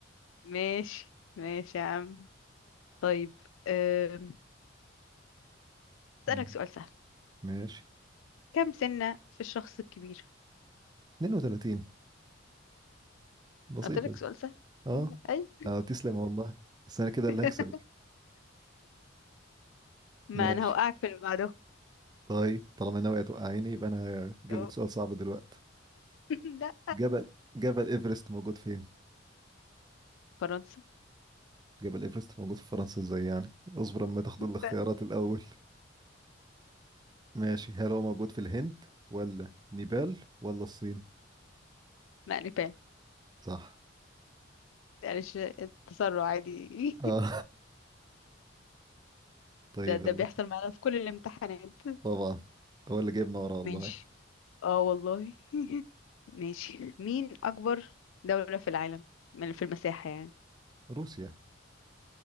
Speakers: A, on the left; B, on the right.
A: ماشي ماشي يا عم طيب أم،
B: مم.
A: اسالك سؤال سهل
B: ماشي
A: كم سنة في الشخص الكبير
B: 32 بسيطة
A: قلت لك سؤال سهل
B: اه
A: اي
B: اه تسلم والله بس انا كده
A: <laughs>
B: اللي هكسبك
A: ما
B: ماشي
A: انا هوقعك في اللي بعده
B: طيب طالما ناوية توقعيني يبقى انا هجيب
A: أهو.
B: لك سؤال صعب دلوقتي
A: <laughs> لا
B: جبل جبل ايفرست موجود فين؟
A: فرنسا
B: جبل ايفرست موجود في فرنسا ازاي يعني؟ اصبر اما تاخد
A: استنى.
B: الاختيارات الاول ماشي هل هو موجود في الهند ولا نيبال ولا الصين؟
A: لا نيبال
B: صح
A: معلش التسرع عادي
B: اه
A: <laughs>
B: <laughs> طيب
A: ده ده
B: يلا
A: بيحصل معانا في كل الامتحانات
B: طبعا هو اللي جايبنا ورا والله
A: ماشي اه والله ماشي مين أكبر دولة في العالم من في المساحة يعني
B: روسيا